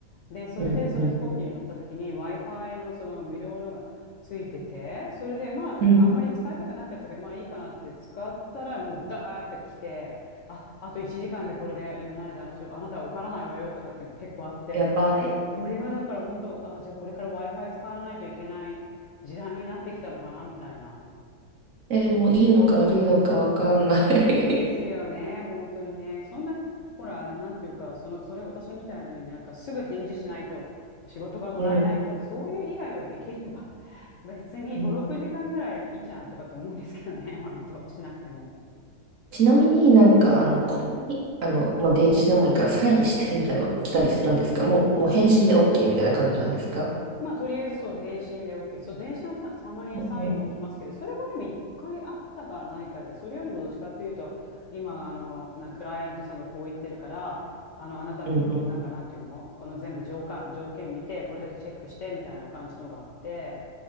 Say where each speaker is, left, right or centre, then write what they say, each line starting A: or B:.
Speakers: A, on the left (about 70°); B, on the right (about 55°).
A: で、それでその飛行機に乗った時に
B: うんうん。
A: Wi-Fi のその無料のがついてて、それでまああんまり使いたくなかったけど、
B: うん。
A: まあいいかなって使ったらもうダーって来て、あ、あと1時間でこれで、いや、慣れてあなた、あなたは受からないわよとかっていうの結構あって、
B: やばい。
A: あ、これがだから本当、あ、じゃあこれから Wi-Fi 使わないといけない時代になってきたのかなみたいな。
B: えーもういいのか悪いのかわかんない
A: ですよね、本当にね。そんな、ほら、あれ、なんていうか、その、それ、私みたいになんかすぐ返事しないと仕事がもらえないとか、
B: <laughs> うん。
A: そういう以外はできれば、<laughs> 別に5、
B: うん。
A: 6時間ぐらいいいじゃんとかって思うんですけどね、割としなくても。
B: ちなみになんか、
A: うん。
B: あの、これに、あの、まあ、電子でもいいからサインしてみたいなの来たりするんですかもう、もう返信で OK みたいな感じなんですか
A: まあ、とりあえずそう、返信で OK。そう、電車のた、たまにサインも来ますけど、
B: うん
A: それはでも一回あったかないかで、それよりもどっちかっていうと、今、あの、な、クライアントさんがこう言ってるから、あの、あなたのこの、
B: うん
A: なんか、なんていうのこの全部条件、条件見て、これだけチェックして、みたいな感じのがあって、